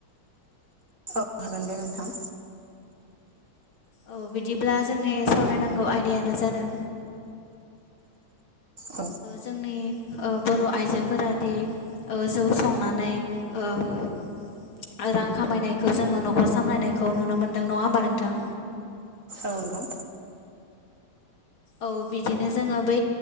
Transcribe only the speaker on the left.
औ बिदिब्ला जोंनि सावरायनांगौ आयदायानो जादों
जोंनि बर' आइजोफोरादि ओ जौ संनानै ओ रां खामायनायखौ जोङो न'खर सामलायनायखौ नुनो मोन्दों नङा होमबा नोंथां?
औ बिदिनो जोङो बै